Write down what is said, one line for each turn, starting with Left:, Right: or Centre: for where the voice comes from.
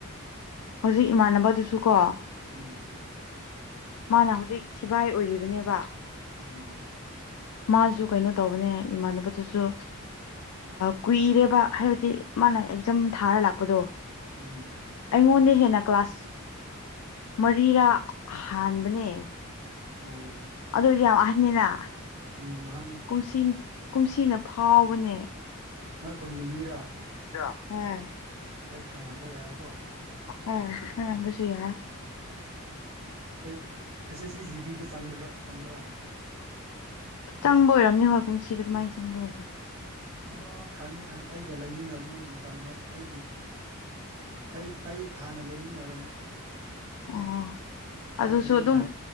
Left: ꯍꯧꯖꯤꯛ ꯏꯃꯥꯟꯅꯕꯗꯨꯁꯨ ꯀꯣ
Right: ꯎꯝ
Left: ꯃꯥꯅ ꯍꯧꯖꯤꯛ ꯁꯤꯕꯥꯏ ꯑꯣꯏꯔꯤꯕꯅꯦꯕ
Right: ꯎꯝ
Left: ꯃꯥꯁꯨ ꯀꯩꯅꯣ ꯇꯧꯕꯅꯦ ꯏꯃꯥꯟꯅꯕꯗꯨꯁꯨ ꯀꯨꯏꯔꯦꯕ ꯍꯥꯏꯕꯗꯤ ꯃꯥꯅ ꯑꯦꯛꯖꯝ ꯊꯥꯔ ꯂꯥꯛꯄꯗꯣ
Right: ꯎꯝ
Left: ꯑꯩꯉꯣꯟꯗ ꯍꯦꯟꯅ ꯀ꯭ꯂꯥꯁ ꯃꯔꯤꯔꯥ ꯍꯥꯟꯕꯅꯦ
Right: ꯎꯝ
Left: ꯑꯗꯨꯗꯤ ꯌꯥꯝ ꯋꯥꯍꯟꯅꯤꯅ
Right: ꯎꯝ ꯑꯅꯤꯅꯦ
Left: ꯀꯨꯝꯁꯤ ꯀꯨꯝꯁꯤꯅ ꯐꯥꯎꯕꯅꯦ
Right: ꯅꯣꯏ ꯈꯨꯟꯒꯤ ꯃꯤꯔꯥ
Left: <unintelligible>
Right: ꯑꯩ ꯈꯪꯂꯝꯕ ꯌꯥꯏꯀꯣ
Left: ꯑꯥ ꯈꯪꯉꯝꯕꯁꯨ ꯌꯥꯏ
Right: <unintelligible> ꯆꯪꯕ꯭ꯔꯥ
Left: ꯆꯪꯕ ꯑꯣꯏꯔꯝꯅꯤ ꯍꯣꯏꯕ ꯋꯤꯁꯤ ꯑꯗꯨꯃꯥꯏꯅ ꯆꯪꯕꯒꯨꯝꯊꯧ
Right: ꯑ ꯈꯪꯉꯦ ꯈꯪꯉꯦ ꯑꯩꯒ ꯂꯩꯃꯤꯟꯅꯕꯅꯤ ꯑꯗꯨ ꯇꯝꯕꯗ ꯑꯩꯒꯤ ꯑꯩ ꯑꯩ ꯍꯥꯟꯅ ꯂꯩꯃꯤꯟꯅꯔ
Left: ꯑꯣ ꯑꯗꯨꯁꯨ
Right: ꯃꯥꯒꯤ ꯃꯤꯡ
Left: ꯑꯗꯨꯝ
Right: ꯍꯥꯏ